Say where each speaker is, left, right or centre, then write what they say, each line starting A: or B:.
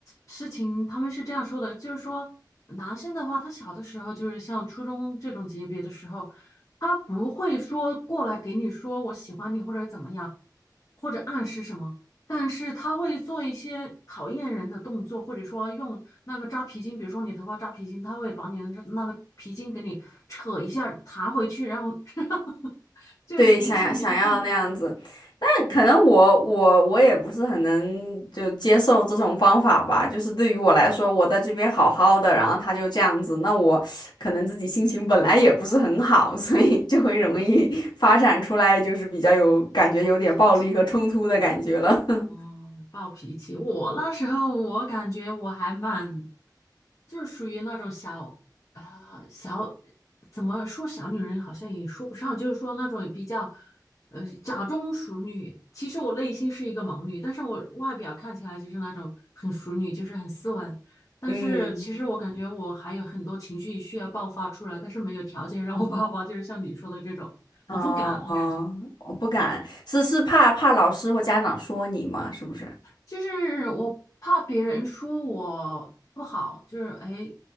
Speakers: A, on the left; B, on the left.
A: 事情，他们是这样说的，就是说男生的话，他小的时候就是像初中这种级别的时候，他不会说过来给你说我喜欢你或者怎么样，或者暗示什么，但是他会做一些讨厌人的动作，或者说用那个扎皮筋，比如说你头发扎皮筋，他会把你的那个皮筋给你扯一下弹回去，然后 <laughs> 就是引起你的注意，
B: 对想要想要那样子。但可能我我我也不是很能就接受这种方法吧，
A: 对，
B: 就是对于我来说，我在这边好好的，然后他就这样子，那我可能自己心情本来也不是很好，<laughs> 所以就会容易发展出来就是比较有感觉有点暴力和冲突的感觉了。
A: 脾气。
B: <laughs>
A: 哦，暴脾气。我那时候我感觉我还蛮，就是属于那种小，呃，小，怎么说小女人好像也说不上，就是说那种比较，呃，假装淑女。其实我内心是一个萌女，但是我外表看起来就是那种很淑女，就是很斯文。但是其实我感觉我还有很多情绪需要爆发出来，
B: 嗯，
A: 但是没有条件让我爆发，就是像你说的这种，
B: 哦哦，
A: 我不敢，我感觉。
B: 我不敢，是是怕怕老师或家长说你吗？是不是？
A: 就是我怕别人说我不好，就是哎，